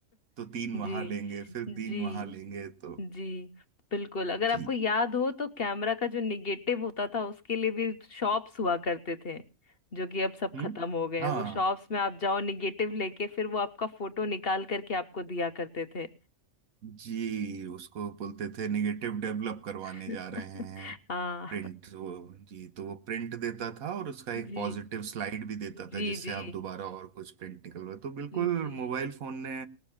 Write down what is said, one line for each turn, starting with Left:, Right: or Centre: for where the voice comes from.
Right: तो तीन वहां
Left: जी
Right: लेंगे फिर
Left: जी
Right: तीन वहां लेंगे तो
Left: जी बिल्कुल अगर
Right: जी
Left: आपको याद हो तो कैमरा का जो निगेटिव होता था उसके लिए भी शॉप्स हुआ करते थे जो कि अब सब
Right: हम्म
Left: खत्म हो गए
Right: हाँ
Left: वो शॉप्स में आप जाओ निगेटिव लेके फिर वो आपका फोटो निकाल करके आपको दिया करते थे
Right: जी उसको बोलते थे निगेटिव डेवलप करवाने
Left: <laughs>
Right: जा रहे हैं
Left: हाँ
Right: प्रिंट वो जी तो वो प्रिंट देता था और उसका एक
Left: जी
Right: पॉजिटिव स्लाइड भी देता
Left: जी
Right: था जिससे
Left: जी
Right: आप दोबारा और कुछ प्रिंट निकलवा तो बिल्कुल
Left: जी
Right: मोबाइल फोन ने